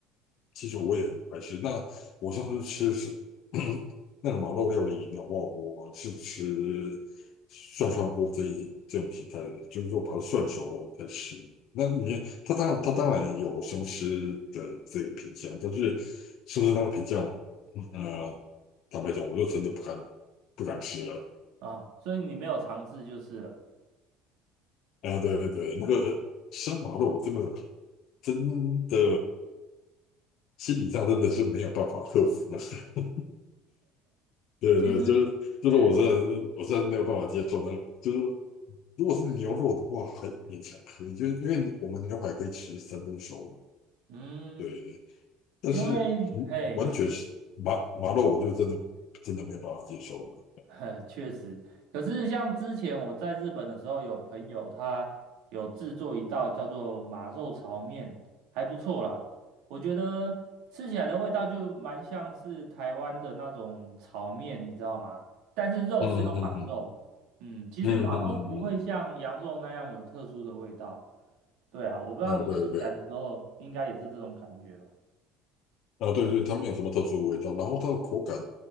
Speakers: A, on the left (about 60°); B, on the right (about 75°).
A: 其实我也很排斥。那我上次吃是 <coughs> <clears throat> 那个马肉料理的话，我是吃涮涮锅这一这种形态的，就是说把它涮熟了我才吃。那你它当然它当然有生吃的这个品相，
B: 哦
A: 但是生吃那个品相，呃，坦白讲，我就真的不敢不敢吃了。
B: 啊，所以你没有尝试就是了。
A: 啊、对对对，那个生马肉我真的真的心理上真的是没有办法克服呢。<laughs> 对对，
B: 其实，
A: 就是就是，
B: 嗯
A: 我真的是我真的没有办法接受那个，就是说如果是牛肉的话，还勉强可以，就是因为你我们牛排可以吃三不熟，
B: 嗯，
A: 对，对但是嗯，
B: 因为嘿，
A: 完全是麻麻肉，我就真的真的没有办法接受了。
B: <laughs> 呵，确实，可是像之前我在日本的时候，有朋友他有制作一道叫做马肉炒面，还不错啦。我觉得吃起来的味道就蛮像是台湾的那种炒面，你知道吗？但是肉是用马肉，
A: 嗯嗯嗯
B: 嗯，其实马肉不会像羊肉那样有特殊的味道。
A: 嗯嗯嗯
B: 对啊，我不知道你吃起来的时候应该也是这种感觉吧，
A: 嗯，啊对对啊对对，它没有什么特殊的味道，然后它的口感